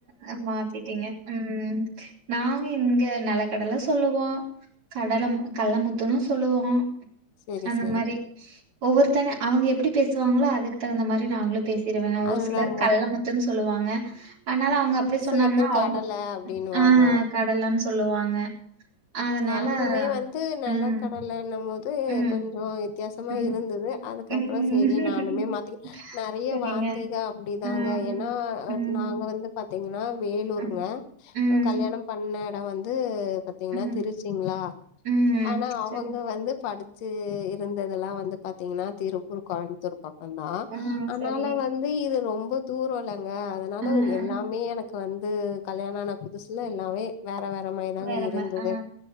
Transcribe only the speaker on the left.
சரி
சரி
அதுதாங்க
சில பேர்
கடலை அப்படின்னுவாங்க
எனக்குமே வந்து நல
கடலைண்ணும்போது
கொஞ்சோ வித்தியாசமா
இருந்தது அதுக்கப்றோ
சேரி நானுமே மாத்தி நெறைய
வார்த்தைக அப்டிதாங்க
ஏனா
நாங்க வந்து பாத்தீங்கனா வேலூருங்க
நாங் கல்யாணம் பண்ண எடோ வந்து பாத்தீங்கனா
திருச்சிங்ளா
ஆனா அவுங்க
வந்து படு ச்சிருந்ததெல்லா வந்து பாத்தீங்கன்னா திருப்பூர் கோயம்புத்தூர் பக்கந்தான்
அதனால
வ ந்து இது ரொம்ப தூரோல்லங்க அதனால
எல்லாமே என க்கு வந்து கல்யாண ஆன புதுசுல எல்லாமே வேற வேற மாரிதாங்க
இருந்துது